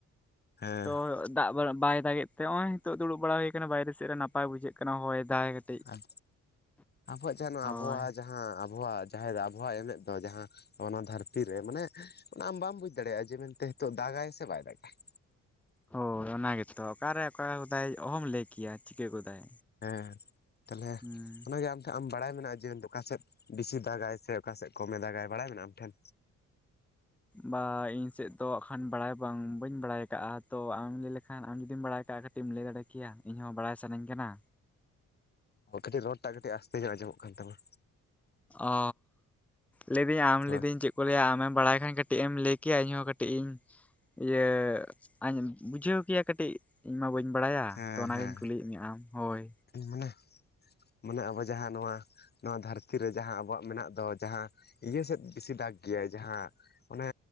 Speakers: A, on the left; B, in the centre.
A: ᱦᱮᱸ
B: ᱛᱚ ᱫᱟᱜ ᱵᱟᱭ ᱫᱟᱜᱮᱜ ᱛᱮ ᱱᱚᱜ ᱚᱭ ᱫᱩᱲᱩᱵ ᱵᱟᱲᱟ ᱦᱳᱭ ᱠᱟᱱᱟ ᱵᱟᱭᱨᱮ ᱥᱮᱜ ᱨᱮ ᱱᱟᱯᱟᱭ ᱵᱩᱡᱷᱟᱹᱜ ᱠᱟᱱᱟ ᱦᱚᱭ ᱫᱟᱭ ᱾
A: ᱟᱦ ᱟᱵᱚᱣᱟᱜ ᱡᱟᱱᱳ
B: ᱦᱳᱭ
A: ᱟᱵᱚᱭᱟᱜ ᱡᱟᱸ ᱦᱮᱸ ᱟᱵᱷᱚᱣᱟᱜ ᱡᱟᱦᱮᱨ ᱟᱵᱷᱚᱣᱟᱜ ᱮᱱᱮᱡᱽ ᱫᱚ ᱡᱟᱦᱟᱸ ᱱᱚᱣᱟ ᱫᱷᱟᱹᱨᱛᱤ ᱨᱮ ᱢᱟᱱᱮ ᱚᱱᱟ ᱟᱢ ᱵᱟᱢ ᱵᱩᱡᱽ ᱫᱟᱲᱮᱭᱟᱜᱼᱟ ᱡᱮ ᱢᱮᱱᱛᱮ ᱱᱤᱛᱚᱜ ᱫᱟᱜᱟᱭ ᱥᱮ ᱵᱟᱭ ᱫᱟᱜᱟ ᱾
B: ᱦᱳᱭ ᱚᱱᱟ ᱜᱮᱛᱚ ᱚᱠᱟᱨᱮ ᱚᱠᱟ ᱜᱚᱫᱟᱭ ᱚᱦᱚᱢ ᱞᱟᱹᱭ ᱠᱮᱭᱟ ᱪᱤᱠᱟᱹ ᱜᱚᱫᱟᱭ᱾
A: ᱦᱮᱸ ᱛᱟᱦᱚᱞᱮ
B: ᱦᱩᱸ
A: ᱚᱱᱟᱜᱮ ᱟᱢ ᱟᱢ ᱵᱟᱲᱟᱭ ᱢᱮᱱᱟᱜᱼᱟ ᱡᱮ ᱚᱠᱟᱥᱮᱫ ᱵᱮᱥᱤ ᱫᱟᱜᱟᱭ ᱥᱮ ᱚᱠᱟᱥᱮᱫ ᱠᱚᱢᱮ ᱫᱟᱜᱟᱭ ᱵᱟᱲᱟᱭ ᱢᱮᱱᱟᱜᱼᱟ ᱟᱢ ᱴᱷᱮᱱ?
B: ᱵᱟ ᱤᱧ ᱥᱮᱫ ᱫᱚ ᱦᱟᱜ ᱠᱷᱟᱱ ᱵᱟᱲᱟᱭ ᱵᱟᱝ ᱵᱟᱹᱧ ᱵᱟᱲᱟᱭ ᱠᱟᱜᱼᱟ᱾ ᱛᱚ ᱟᱢᱮᱢ ᱞᱟᱹᱭ ᱞᱮᱠᱷᱟᱱ ᱟᱢ ᱡᱩᱫᱤᱢ ᱵᱟᱲᱟᱭ ᱠᱟᱜ ᱠᱷᱟᱜ? ᱠᱟᱹᱴᱤᱡ ᱮᱢ ᱞᱟᱹᱭ ᱫᱟᱲᱮ ᱠᱮᱭᱟ ᱤᱧ ᱦᱚᱸ ᱵᱟᱲᱟᱭ ᱥᱟᱱᱟᱧ ᱠᱟᱱᱟ᱾
A: ᱚ ᱠᱟᱹᱴᱤᱡ ᱨᱚᱲ ᱴᱟᱜ ᱠᱟᱹᱴᱤᱡ ᱟᱥᱛᱮ ᱧᱚᱜ ᱟᱸᱡᱚᱢᱚᱜ ᱠᱟᱱ ᱛᱟᱢᱟ᱾
B: ᱚ ᱞᱮᱭᱫᱤᱧ ᱟᱢ
A: ᱦᱳᱭ
B: ᱞᱮᱭᱫᱤᱧ ᱪᱮᱫᱽ ᱠᱚ ᱞᱟᱹᱭᱟ ᱟᱢᱮᱢ ᱵᱟᱲᱟᱭ ᱠᱷᱟᱱ ᱠᱟᱹᱴᱤᱡ ᱮᱢ ᱞᱟᱹᱭ ᱠᱮᱭᱟ ᱤᱧᱦᱚᱸ ᱠᱟᱹᱴᱤᱡ ᱤᱧ ᱤᱭᱟᱹ ᱟᱧ ᱵᱩᱡᱷᱟᱹᱣ ᱠᱮᱭᱟ ᱠᱟᱹᱴᱤᱡ᱾ ᱤᱧ ᱢᱟ ᱵᱟᱹᱧ ᱵᱟᱲᱟᱭᱟ
A: ᱦᱮᱸ
B: ᱛᱚ ᱚᱱᱟᱜᱤᱧ
A: ᱦᱮᱸ
B: ᱠᱩᱞᱤᱭᱮᱫ ᱢᱮ ᱟᱢ, ᱦᱳᱭ᱾
A: ᱢᱟᱱᱮ ᱢᱟᱱᱮ ᱟᱵᱚ ᱡᱟᱦᱟᱸ ᱱᱚᱣᱟ ᱱᱚᱣᱟ ᱫᱷᱟᱹᱨᱛᱤ ᱨᱮ ᱡᱟᱦᱟᱸ ᱟᱵᱚᱣᱟᱜ ᱢᱮᱱᱟᱜ ᱫᱚ ᱡᱟᱦᱟᱸ ᱤᱭᱟᱹ ᱥᱮᱫ ᱵᱮᱥᱤ ᱫᱟᱜᱽ ᱜᱮᱭᱟᱭ ᱡᱟᱦᱟᱸ, ᱚᱱᱮ